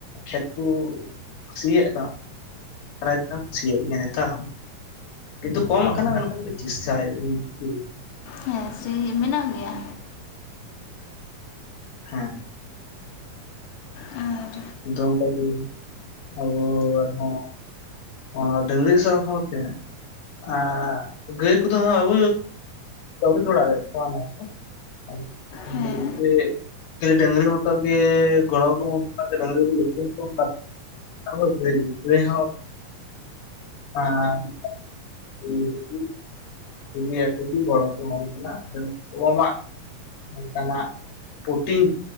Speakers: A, on the left; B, on the left.
A: ᱠᱷᱮᱛ ᱠᱚ, ᱥᱤᱭᱟᱜ <unintelligible> ᱥᱤᱭᱟᱜ ᱜᱮᱭᱟ ᱱᱮᱛᱟᱨ ᱦᱚᱸᱼᱼ ᱠᱤᱱᱛᱩ ᱠᱚᱢ ᱠᱟᱱᱟ, ᱢᱮᱱᱠᱷᱟᱱ <unintelligible> ᱱᱩᱸᱠᱩᱼᱼ
B: ᱦᱮᱸ ᱥᱮ, ᱢᱮᱱᱟᱜ ᱜᱮᱭᱟ?
A: ᱦᱮᱸ
B: ᱟᱨ
A: ᱫᱚ ᱚᱱᱠᱟᱜᱮ, ᱟᱵᱚ ᱟᱨᱦᱚᱸᱼᱼ ᱚ, ᱰᱟᱹᱝᱨᱤ ᱥᱟᱶᱼᱥᱟᱶᱛᱮ? ᱟ, ᱜᱟᱹᱭ ᱠᱚᱫᱚ ᱦᱟᱸᱜ <unintelligible> ᱼᱼ <unintelligible>
B: ᱦᱮᱸ
A: ᱰᱟᱸᱝᱨᱤ ᱢᱚᱛᱚ ᱜᱮ ᱜᱚᱲ ᱠᱚᱼᱼ <unintelligible> <unintelligible> <unintelligible> ᱛᱚ ᱟᱢᱟᱜᱼᱼ ᱚᱱᱠᱟᱱᱟᱜ, ᱯᱨᱚᱴᱤᱱ,